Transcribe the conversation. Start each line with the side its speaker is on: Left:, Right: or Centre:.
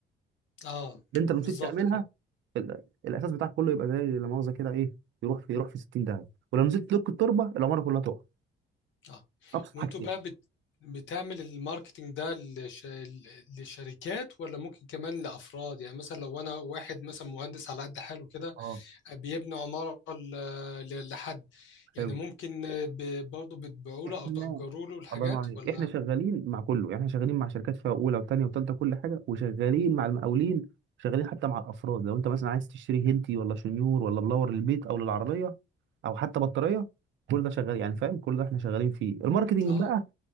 Left: اه
Right: اللي انت لو نسيت
Left: بالظبط
Right: تعملها
Left: كده
Right: ال... الاساس بتاعك كله يبقى زي لا مؤاخذه كده ايه يروح في يروح في 60 داهيه ولو نسيت تلك التربه العماره كلها تقع
Left: اه
Right: ابسط
Left: وانتوا
Right: حاجتين
Left: بقى بت... بتعمل الماركتينج ده لش... لشركات ولا ممكن كمان لافراد يعني مثلا لو انا واحد مثلا مهندس على قد حاله كده
Right: اه
Left: بيبني عمارة ل... ل- لحد يعني
Right: حلو
Left: ممكن ب... برضه بتبيعوا
Right: احنا
Left: له او تأجروا له الحاجات
Right: الله ينور عليك
Left: ولا
Right: احنا شغالين مع كله يعني احنا شغالين مع شركات فيها اولى وثانيه وثالثه كل حاجه وشغالين مع المقاولين شغالين حتى مع الافراد لو انت مثلا عايز تشتري هيلتي ولا شنيور ولا بلور للبيت او للعربيه او حتى بطاريه كل ده شغال يعني فاهم كل ده احنا شغالين فيه الماركتنج
Left: اه
Right: بقى